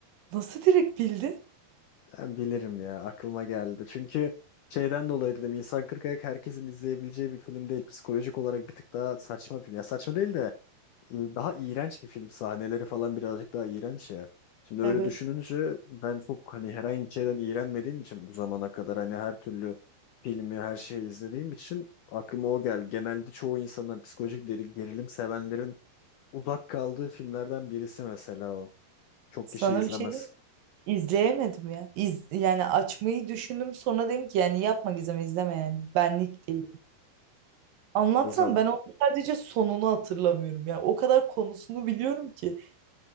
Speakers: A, on the right (about 65°); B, on the left (about 80°).
A: Nasıl direkt bildin?
B: Ben bilirim ya aklıma geldi. Çünkü şeyden dolayı dedim İnsan Kırk Ayak herkesin izleyebileceği bir film değil. Psikolojik olarak bir tık daha saçma film. Ya saçma değil de daha iğrenç bir film. Sahneleri falan birazcık daha iğrenç ya. Şimdi öyle
A: Evet.
B: düşününce ben çok hani herhangi bir şeyden iğrenmediğim için bu zamana kadar hani her türlü filmi her şeyi izlediğim için aklıma o geldi. Genelde çoğu insanın psikolojik deri- gerilim sevenlerin uzak kaldığı filmlerden birisi mesela o. Çok
A: Sana
B: kişi izlemez.
A: bir şey diyeyim mi? İzleyemedim ya. İz, yani açmayı düşündüm sonra dedim ki yani yapma Gizem izleme yani. Benlik değil. Anlatsam
B: O
A: ben onu sadece sonunu hatırlamıyorum. Yani o kadar konusunu biliyorum ki.